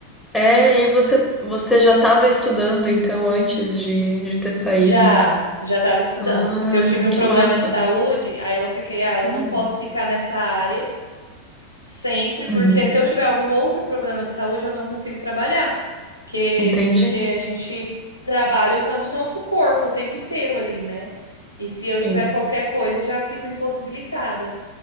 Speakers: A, in the centre; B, on the left.
A: É, e você, você já estava estudando então antes de, de ter saído.
B: Já, já estava estudando,
A: Ah,
B: porque eu tive um
A: que
B: problema
A: massa.
B: de saúde, aí eu fiquei, ah, eu
A: Hum.
B: não posso ficar nessa área sempre,
A: Uhum.
B: porque se eu tiver algum outro problema de saúde, eu não consigo trabalhar. Que,
A: Entendi.
B: porque a gente trabalha usando o nosso corpo o tempo inteiro ali, né? E se
A: Sim.
B: eu tiver qualquer coisa, já fico impossibilitada.